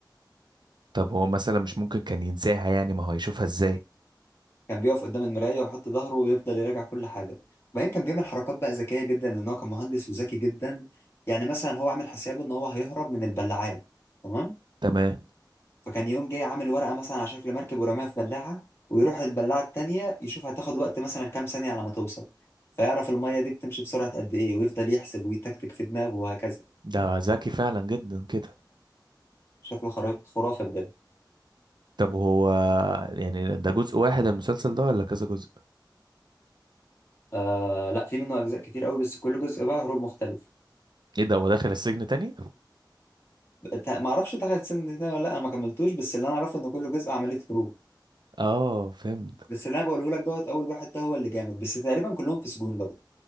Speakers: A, on the right; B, on the left.
A: طب هو مثلا مش ممكن كان ينساها يعني ما هو هيشوفها ازاي
B: كان بيقف قدام المراية ويحط ظهره ويفضل يراجع كل حاجة وبعدين كان بيعمل حركات بقى ذكية جدا لان هو كان مهندس وذكي جدا يعني مثلا هو عامل حسابه ان هو هيهرب من البلاعات تمام
A: تمام
B: فكان يقوم جاي عامل ورقة مثلا على شكل مركب ورماها في بلاعة ويروح البلاعة التانية يشوف هتاخد وقت مثلا كام ثانية على ما توصل فيعرف المية دي بتمشي بسرعة قد إيه ويفضل يحسب ويتكتك في دماغه وهكذا
A: ده ذكي فعلا جدا كده
B: شكله خرا- خرافة بجد
A: طب هو يعني ده جزء واحد المسلسل ده ولا كذا جزء
B: آه لا في منه أجزاء كتير قوي بس كل جزء بقى هروب مختلف
A: ايه ده هو داخل السجن تاني
B: ت- ما أعرفش دخل السن ده ولا لأ أنا ما كملتوش بس اللي أنا أعرفه إن كل جزء عملية هروب
A: اه فهمت
B: بس اللي أنا بقوله لك دوت أول واحد ده هو اللي جامد بس تقريبا كلهم في سجون برضه